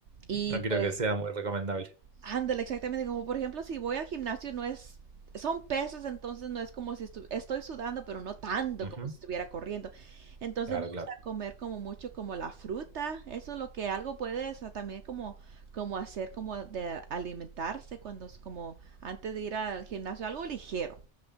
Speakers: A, on the right; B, on the right.
A: y
B: No creo
A: pues
B: que sea muy recomendable.
A: ándale, exactamente como por ejemplo si voy al gimnasio no es, son pesos, entonces no es como si estu- estoy sudando, pero no tanto
B: Ujú.
A: como si estuviera corriendo. Entonces
B: Claro,
A: me gusta
B: claro.
A: comer como mucho como la fruta, eso es lo que algo puedes ah, también como como hacer como de alimentarse cuando es como antes de ir al gimnasio, algo ligero.